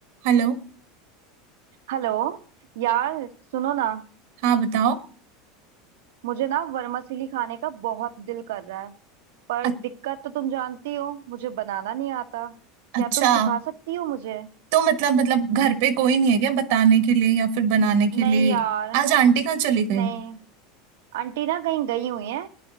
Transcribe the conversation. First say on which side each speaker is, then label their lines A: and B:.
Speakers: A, on the right (about 55°); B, on the right (about 75°).
A: Hello
B: Hello यार सुनो ना
A: हाँ बताओ
B: मुझे ना वर्मासिली खाने का बहुत दिल कर रहा है पर
A: अ-
B: दिक्कत तो तुम जानती हो मुझे बनाना नहीं आता
A: अच्छा
B: क्या तुम सिखा सकती हो मुझे
A: तो मतलब मतलब घर पे कोई नहीं है क्या बताने के लिए या फिर बनाने के
B: नहीं
A: लिए
B: यार
A: आज आंटी कहाँ चली गई
B: नहीं आंटी ना कहीं गई हुई है